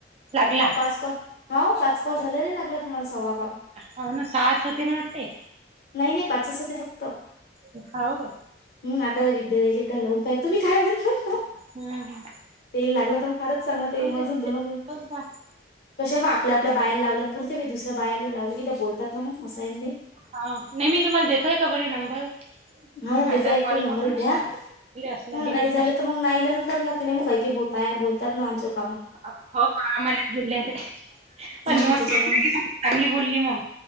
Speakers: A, on the right; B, on the left.
A: लागला
B: मग पाच कॉल हा पाच कॉल झालेला लागला तुम्हालासहावा कॉल.
A: हाव ना सहाच होती नं वाटते.
B: नाही नाही पाचचं होते फक्त.
A: हाव काय
B: <unintelligible> तुम्ही काय म्हणले?
A: हम्म
B: तेल लागलं तर मग फारच चांगलं तेल
A: हो
B: मग
A: ते
B: अजून दोन होईल.
A: का
B: तशल मग आपल्या आपल्या बायला लावलात पुरते मी दुऱ बायला लावलं की ते बोलत ना मग असं हाय नं बे.
A: हावं नाही मी तुम्हाला देतोय का बरी नंबर.
B: <unintelligible>
A: आता कॉल करूनच सांगते असला डिलीट नसला
B: नाई गरम कराला लागते नं काय कीं म <unintelligible>
A: <unintelligible> <unintelligible>
B: हा त्याच्यामुळे
A: चांगली बोलली मंग.